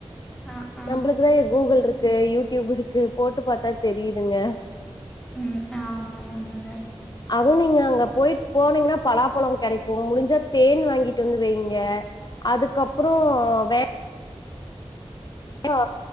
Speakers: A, in the centre; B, on the left.
A: ஆ ஆ
B: நம்பளுக்குதா கூகுள்ருக்கு யூடியூப் இருக்கு போட்டு பாத்தா தெரியுதுங்க
A: ம் ஆமாங்க ஆமாங்க
B: அதுவு நீங்க அங்க போயிட்டு போனீங்கன்னா பலாப்பழோ கெடைக்கோ முடிஞ்சா தேன் வாங்கிட்டு வந்து வை ங்க அதுக்கப்புறோ வே ங்கா